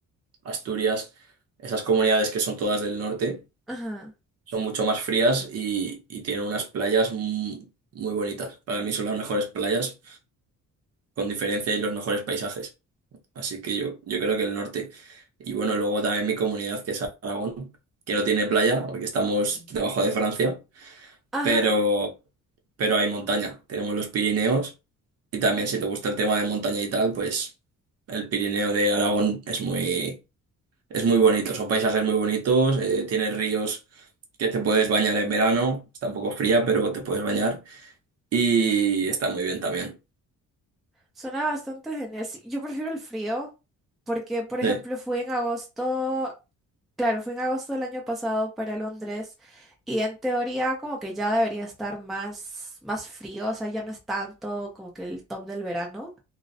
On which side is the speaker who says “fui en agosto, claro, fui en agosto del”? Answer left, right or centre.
Centre